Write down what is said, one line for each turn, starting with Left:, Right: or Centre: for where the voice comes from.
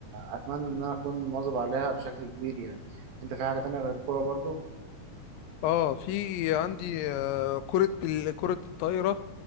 Right: اتمنى ان انا اكون مواظب عليها بشكل كبير يعني انت في حاجه تانية غير الكوره برضو
Left: اه في عندي آه، كره ال- كره الطايره